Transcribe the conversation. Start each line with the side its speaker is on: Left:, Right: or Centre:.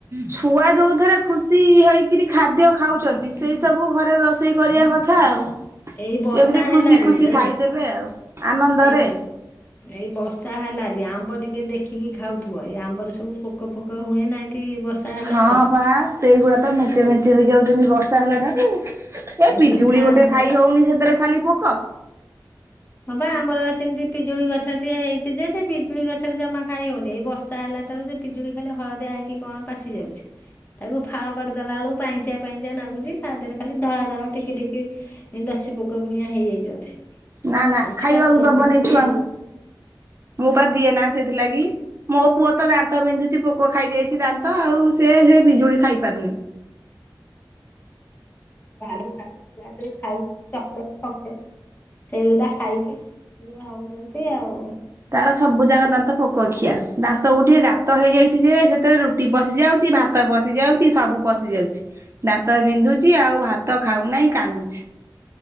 Right: ଛୁଆ ଯୋଉ ଥିରେ ଖୁସି ହେଇକିରି ଖାଦ୍ୟ ଖାଉଛନ୍ତି ସେଇ ସବୁ ଘରେ ରୋଷେଇ କରିବା କଥା। କଥା ଆଉ
Left: ଏଇ ବର୍ଷା
Right: ଯେମିତି
Left: ହେଲାରି
Right: ଖୁସି ଖୁସି
Left: ଏ
Right: ଖାଇଦେବେ ଆଉ ଆନନ୍ଦରେ।
Left: ଏଇ ଏଇ ବର୍ଷା ହେଲାଣି ଆମ୍ବ ଟିକେ ଦେଖିକି ଖାଉଥିବ ଏଇ ଆମ୍ବରେ ସବୁ ପୋକ ଫୋକ ହୁଏ ନା କି ବର୍ଷା ହେଲା
Right: ହଁ
Left: ଠାରୁ
Right: ବା ସେଇଗୁଡା ତ ମେଞ୍ଚେ
Left: ବହୁତ
Right: ମେଞ୍ଚେ ହେଇଯାଉଛନ୍ତି ବର୍ଷା ହେଲା ଠାରୁ। ଏ
Left: ଏଇ
Right: ପିଜୁଳି
Left: ମିଠା
Right: ଗୋଟେ
Left: ଆମ୍ବ
Right: ଖାଇ ହୋଉନି ସେଥିରେ ଖାଲି ପୋକ।
Left: ହଁ ପା ଆମର ସେମିତି ପିଜୁଳି ଗଛ ଟିଏ ହେଇଛି ଯେ ସେ ପିଜୁଳି ଗଛରେ ଜମା ଖାଇହୋଉନି ଏଇ ବର୍ଷା ହେଲା ଠାରୁ ସେ ପିଜୁଳି ଖାଲି ହଳଦିଆ ହେଇକି କଣ ପାଚି ଯାଉଚି। ତାକୁ ଫାଳ କରିଦେଲା ବେଳକୁ ପାଣିଚିଆ ପାଣିଚିଆ ନାଗୁଚି ତା ଦେହରେ ଖାଲି ଧଳା ଧଳା ଟିକି ଟିକି ଦଶୀ ପୋକ ପୁଣିଆ ହେଇଯାଇଛନ୍ତି।
Right: ନା ନା
Left: ଏଇ ଛୁଆ
Right: ଖାଇବାକୁ
Left: ପିଲାଙ୍କୁ
Right: ଦବନେଇ
Left: ମୁଁ ଦିଏନା
Right: ଛୁଆଙ୍କୁ ମୁଁ ପା ଦିଏ ନା ସେଥିଲାଗି। ମୋ ପୁଅ ତ ଦାନ୍ତ ବିନ୍ଧୁଛି ପୋକ ଖାଇଯାଇଛି ଦାନ୍ତ ଆଉ ସେ ସେ ପିଜୁଳି ଖାଇ ପାରୁନି।
Left: ଆଡୁ ସାଡୁ ଛୁଆ ଯୋଉ ଖାଉଚି ତ। ଚକଲେଟ ଫକଲେଟ ସେଇଗୁଡା ଖାଇକି ଏଇଆ ହୋଉଛନ୍ତି ଆଉ।
Right: ତାର ସବୁ ଯାଁକ ଦାନ୍ତ ପୋକଖିଆ ଦାନ୍ତ ଗୋଟିଏ ଗାତ ହେଇଯାଇଛି ଯେ ସେଥିରେ ରୁ ରୁଟି ପଶି ଯାଉଛି ଭାତ ପଶି ଯାଉଛି ସବୁ ପଶି ଯାଉଛି। ଦାନ୍ତ ବିନ୍ଧୁଛି ଆଉ ଭାତ ଖାଉନାହିଁ କାନ୍ଦୁଛି।